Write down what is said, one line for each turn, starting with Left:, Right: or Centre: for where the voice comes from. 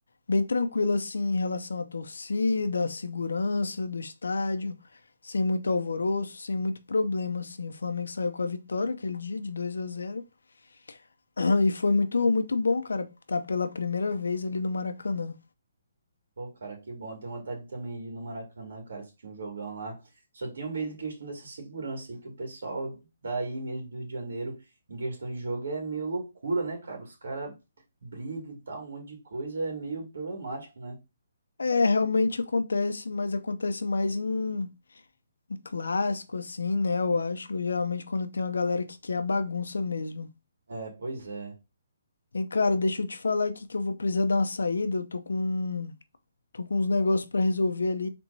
Left: bem tranquilo assim em relação à torcida, à segurança do estádio, sem muito alvoroço, sem muito problema assim. O Flamengo saiu com a vitória aquele dia de 2 a zero <clears throat> e foi muito muito bom, cara, tá pela primeira vez ali no Maracanã.
Right: Pô, cara, que bom. Eu Tenho vontade também de ir no Maracanã, cara, se tinha um jogão lá. Só tenho medo de questão dessa segurança aí, que o pessoal daí mesmo do Rio de Janeiro, em questão de jogo, é meio loucura, né, cara? Os caras brigam e tal, um monte de coisa, é meio problemático, né?
Left: É, realmente acontece, mas acontece mais em, em clássico assim, né? Eu acho, geralmente quando tem uma galera que quer a bagunça mesmo.
Right: É, pois é.
Left: E cara, deixa eu te falar aqui que eu vou precisar dar uma saída, eu tô com um Tô com uns negócios pra resolver ali